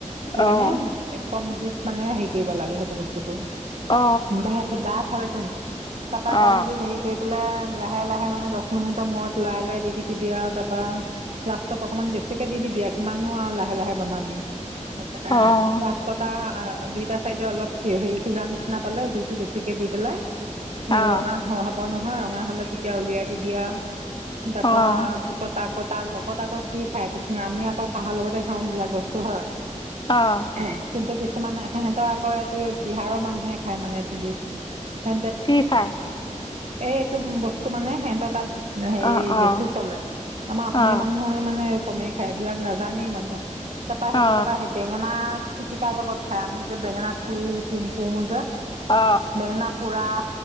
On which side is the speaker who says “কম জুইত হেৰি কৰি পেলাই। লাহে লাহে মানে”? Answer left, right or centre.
Right